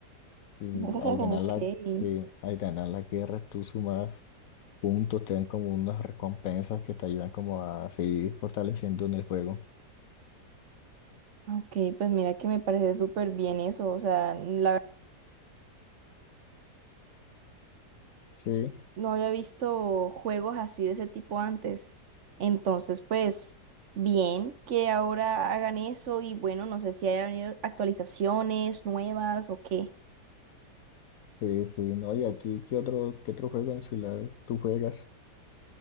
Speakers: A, on the left; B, on the right.
A: y
B: Oh,
A: al ganar
B: ok.
A: la, sí, al ganar las guerras tú sumas puntos, te dan como unas recompensas que te ayudan como a seguir fortaleciendo en el juego.
B: Ah, Ok, pues mira que me parece súper bien eso. O sea, la verdad
A: Sí,
B: no había visto juegos así de ese tipo antes. Entonces, pues, bien que ahora hagan eso y bueno, no sé si haya venido actualizaciones nuevas o qué.
A: sí, sí, no, y a ti, ¿qué otro, qué otro juego en el celular tú juegas?